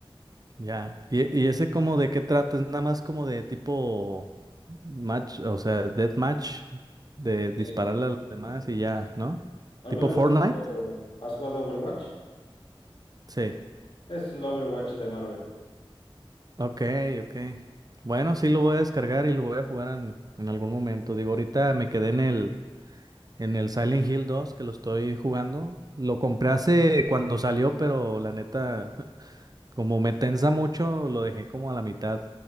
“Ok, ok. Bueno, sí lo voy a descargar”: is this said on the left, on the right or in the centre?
Right